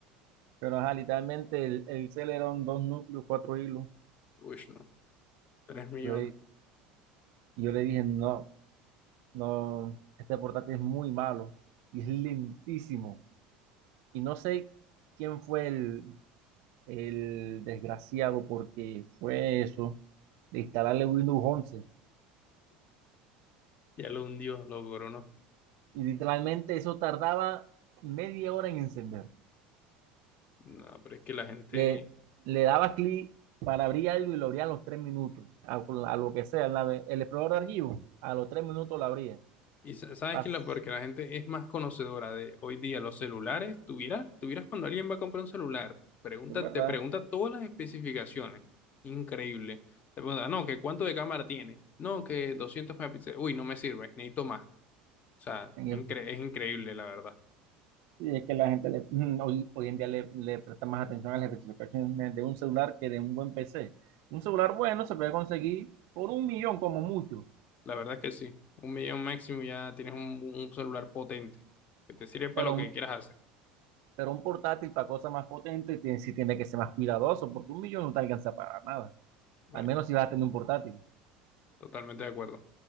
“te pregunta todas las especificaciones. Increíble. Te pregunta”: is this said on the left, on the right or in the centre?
Left